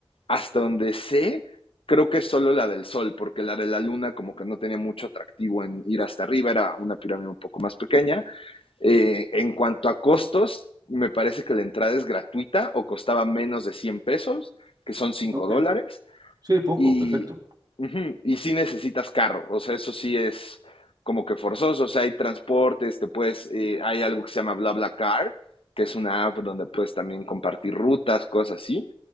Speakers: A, on the left (about 75°); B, on the right (about 45°).
A: hasta donde sé, creo que es solo la del sol, porque la de la luna como que no tenía mucho atractivo en ir hasta arriba, era una pirámide un poco más pequeña eh, en cuanto a costos, me parece que la entrada es gratuita o costaba menos de 100 pesos, que son cinco
B: Ok.
A: dólares,
B: Sí, poco,
A: y,
B: perfecto.
A: uh -huh, y sí necesitas carro, o sea, eso sí es como que forzoso, o sea, hay transportes, te puedes, eh, hay algo que se llama BlaBlaCar, que es una app donde puedes también compartir rutas, cosas así,